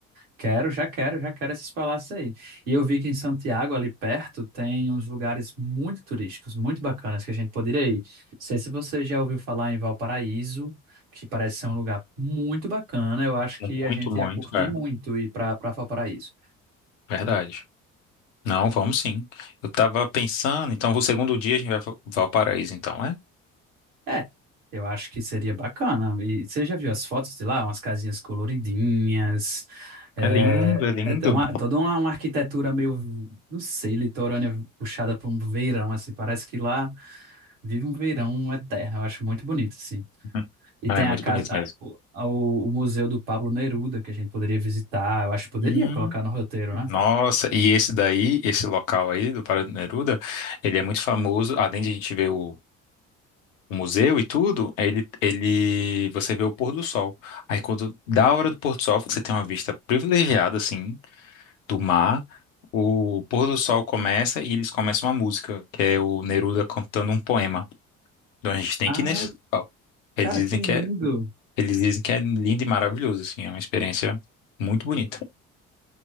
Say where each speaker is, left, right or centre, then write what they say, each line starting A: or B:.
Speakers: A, on the right; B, on the left.
A: Quero, já quero, já quero esses palácios aí. E eu vi que em Santiago, ali perto, tem uns lugares muito turísticos, muito bacanas que a gente poderia ir. Não sei se você já ouviu falar em Valparaíso, que parece ser um lugar muito bacana. Eu acho
B: Muito,
A: que a gente
B: muito,
A: ia curtir
B: é,
A: muito ir para para Valparaíso.
B: verdade. Não, vamos sim. Eu tava pensando, então, o segundo dia a gente vai para Valparaíso, então, é?
A: É, eu acho que seria bacana. E você já viu as fotos de lá? Umas casinhas coloridinhas. É,
B: É lindo, é lindo.
A: é uma- toda uma, uma arquitetura meio, não sei, litorânea puxada para um verão, assim. Parece que lá vive um verão eterno. Eu acho muito bonito, assim.
B: Hum.
A: E
B: Ah,
A: tem
B: é
A: a
B: muito
A: casa,
B: bonito
A: a-
B: mesmo.
A: o, a- o Museu do Pablo Neruda, que a gente poderia visitar. Eu acho que poderia
B: Hum,
A: colocar no roteiro, né?
B: nossa, e esse daí, esse local aí do Pará do Neruda, ele é muito famoso, além de a gente ver o, o museu e tudo, ele, ele, você vê o pôr do sol. Aí quando dá a hora do pôr do sol, você tem uma vista privilegiada, assim, do mar, o pôr do sol começa e eles começam uma música, que é o Neruda cantando um poema. Então a gente tem
A: Ai,
B: que ir nesse local. Eles
A: cara,
B: dizem
A: que lindo!
B: que é, eles dizem que é lindo e maravilhoso, assim, é uma experiência muito bonita.